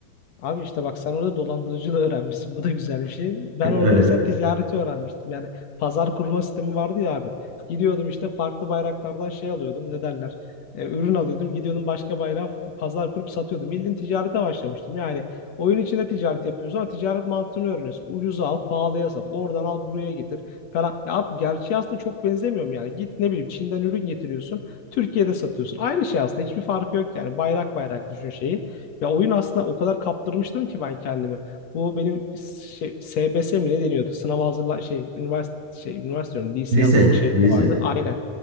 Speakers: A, on the left (about 55°); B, on the right (about 70°).
A: Abi işte bak sen orada dolandırıcılığı öğrenmişsin. Bu da güzel bir şey. Ben
B: <laughs>
A: orada
B: Evet.
A: mesela ticareti öğrenmiştim. Yani pazar kurma sistemi vardı ya abi. Gidiyordum işte farklı bayraklardan şey alıyordum. Ne derler? E, ürün alıyordum. Gidiyordum başka bayrağı pazar kurup satıyordum. Bildiğin ticarete başlamıştım. Yani oyun içinde ticaret yapıyoruz ama ticaret mantığını öğreniyorsun. Ucuza al, pahalıya sat. Oradan al, buraya getir falan. Ya abi gerçeği aslında çok benzemiyor mu yani? Git ne bileyim Çin'den ürün getiriyorsun. Türkiye'de satıyorsun. Aynı şey aslında. Hiçbir farkı yok yani. Bayrak bayrak düşün şeyi. Ya oyun aslında o kadar kaptırmıştım ki ben kendimi. Bu benim şey, SBS mi ne deniyordu? Sınava hazırlan şey üniversite şey üniversite diyorum, lise
B: Lise.
A: hazırlık şeyleri
B: Lise.
A: vardı. Aynen.